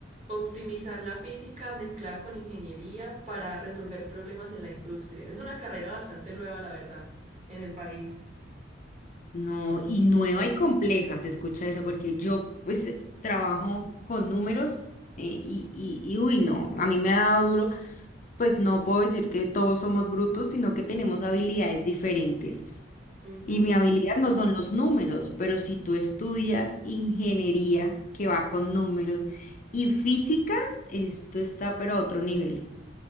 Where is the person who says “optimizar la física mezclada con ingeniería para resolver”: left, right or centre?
Right